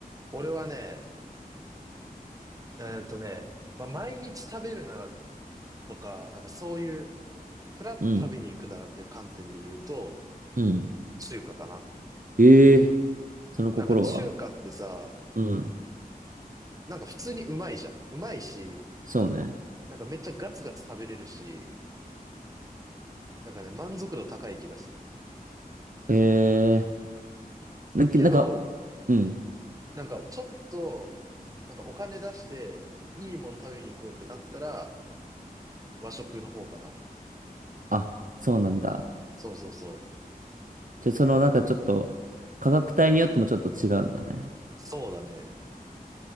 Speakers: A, on the right (about 20°); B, on the right (about 60°).
A: 俺はね、えーっとね、まあ、毎日食べるならとか、なんかそういう、フラッと食べに行くならっていう観点で言うと、
B: ううん。うん。
A: 中華かな。
B: ええその心は
A: なんか中華ってさ、
B: うん。
A: なんか普通にうまいじゃん。うまいし、
B: そうね。
A: なんかめっちゃガツガツ食べれるし、なんかね、満足度高い気がする。
B: ええな、なんか、
A: けど、
B: おうん。
A: なんかちょっと、なんかお金出して、いいもの食べに行こうってなったら、和食の方かな。
B: あ、そうなんだ。
A: そうそうそう。
B: じゃ、そのなんかちょっと、価格帯によってもちょっと違うんだね。
A: そうだね。